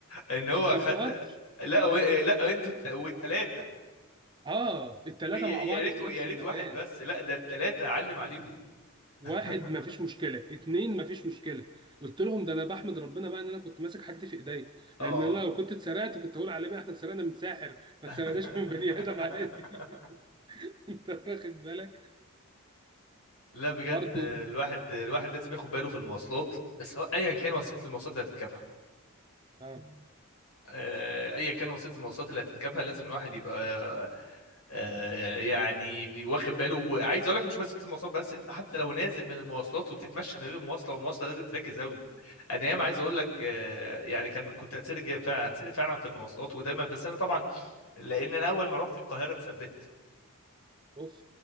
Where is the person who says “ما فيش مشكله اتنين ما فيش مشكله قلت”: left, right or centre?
Right